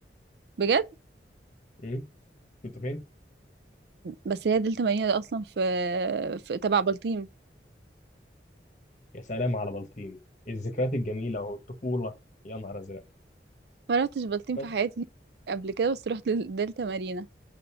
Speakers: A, on the right; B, on the left.
A: بجد
B: امم كنت فين
A: بس هي دلتا مارينا دي اصلا في, في تبع بلطيم
B: يا سلام على بلطيم الذكريات الجميله والطفوله يا نهار ازرق
A: ما رحتش بلطيم
B: بس
A: في حياتي قبل كده بس رحت دلتا مارينا